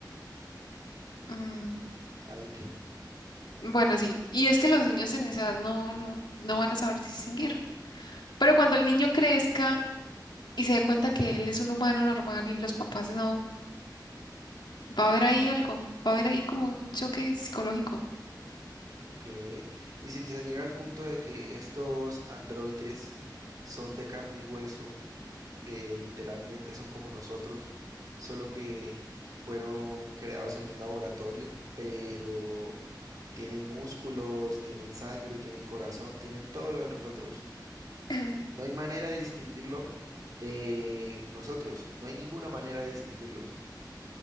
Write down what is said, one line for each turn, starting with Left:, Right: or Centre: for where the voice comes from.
Left: Mm,
Right: Ahí que.
Left: bueno, sí. Y es que los niños en esa edad no, no, no van a saber distinguir. Pero cuando el niño crezca y se dé cuenta que él es un humano normal y los papás no. Va a haber ahí algo, va a haber ahí como un choque psicológico.
Right: Ok, y si se llega al punto de que estos androides son de carne y hueso, que literalmente son como nosotros, solo que fueron creados en un laboratorio, pero tienen músculos, tienen sangre, tienen corazón, tienen todo lo de nosotros.
Left: <clears throat>
Right: No hay manera de distinguirlo de nosotros, no hay ninguna manera de distinguirlos.